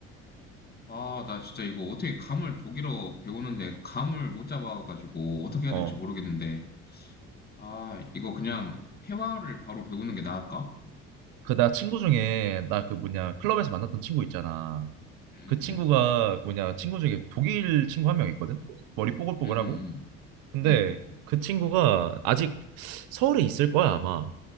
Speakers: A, on the left; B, on the right.
A: 아, 나 진짜 이거 어떻게 감을 독일어 배우는데 감을 못 잡아가지고 어떻게 해야
B: 어.
A: 될지 모르겠는데 아, 이거 그냥 회화를 바로 배우는 게 나을까?
B: 그 나 친구 중에 나 그 뭐냐 클럽에서 만났던 친구 있잖아.
A: 응,
B: 그 친구가
A: 응,
B: 뭐냐 친구 중에 독일 친구 한 명 있거든. 머리 뽀글뽀글하고.
A: 응, 응, 응,
B: 근데
A: 응. 응.
B: 그 친구가 아직 서울에 있을 거야 아마.